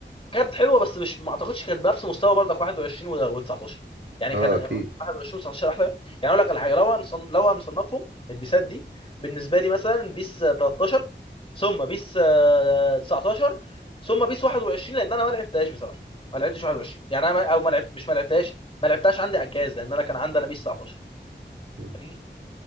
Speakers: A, on the left (about 30°); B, on the right (about 75°).
A: كانت حلوه بس مش ما اعتقدش كانت بنفس مستوى برضك 21 و19 يعني
B: أه
A: كان
B: أكيد
A: كان 21 و19 احلى يعني اقول لك على حاجه لو هنصن... لو هنصنفهم البيسات دي بالنسبه لي مثلا بيس 13 ثم بيس آه، 19 ثم بيس 21 لان انا ما لعبتهاش بصراحه ما لعبتش 21 يعني انا ما... او ما لعبت مش ما لعبتهاش ما لعبتهاش عندي على الجهاز لان انا كان عندي انا بيس 19
B: مم.
A: فاهمني